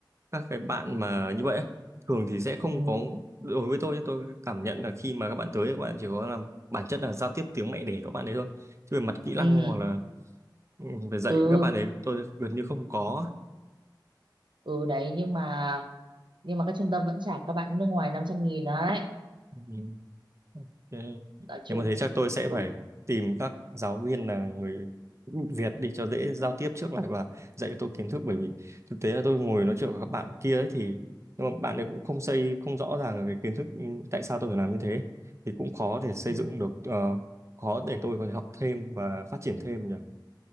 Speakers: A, on the right (about 35°); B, on the right (about 75°).
A: các cái bạn mà như vậy á, thường thì sẽ không
B: ừ
A: có đối với tôi nhé tôi cảm nhận là khi mà các bạn tới các bạn chỉ có làm bản chất là giao tiếp tiếng mẹ đẻ của các bạn đấy thôi chứ về mặt kỹ năng
B: ừ
A: hoặc là ừ, về dạy
B: ừ
A: các bạn ấy tôi gần như không có
B: ừ đấy nhưng mà nhưng mà các trung tâm vẫn trả các bạn nước ngoài năm trăm nghìn đấy
A: Ừ. Ok.
B: nói chung
A: Nếu mà thế chắc tôi sẽ
B: ừ.
A: phải tìm các giáo viên là người Việt đi cho dễ giao tiếp trước lại và dạy cho tôi kiến thức bởi vì thực tế là tôi ngồi nói chuyện với các bạn kia ấy thì nhưng mà bạn ấy cũng không xây không rõ ràng là cái kiến thức ừ, tại sao tôi phải làm như thế thì cũng khó để xây
B: ừ.
A: dựng được ờ, khó để tôi có thể học thêm và phát triển thêm nhỉ